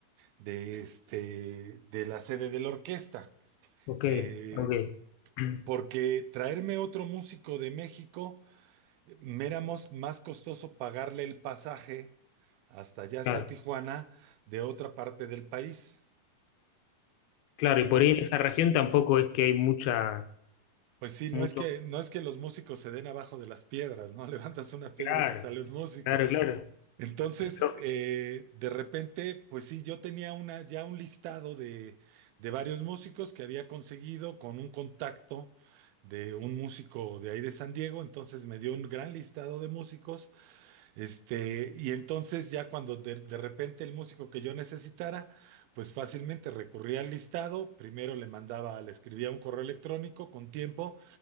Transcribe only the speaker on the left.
ok,
ok. <clears throat>
Claro,
claro,
y por ahí en esa región tampoco es que hay mucha,
mucho.
Claro,
claro, claro.
es lógico.